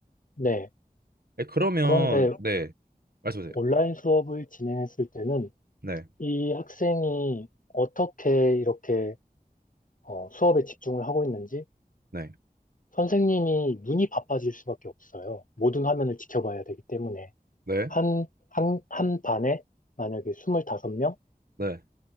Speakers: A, on the left (about 55°); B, on the right (about 70°).
A: 네.
B: 네, 그러면
A: 그런데
B: 네, 말씀하세요.
A: 온라인 수업을 진행했을 때는
B: 네,
A: 이 학생이 어떻게 이렇게 어, 수업에 집중을 하고 있는지
B: 네,
A: 선생님이 눈이 바빠질 수밖에 없어요. 모든 화면을 지켜봐야 되기 때문에.
B: 네,
A: 한, 한, 한 반에 만약에 25명,
B: 네,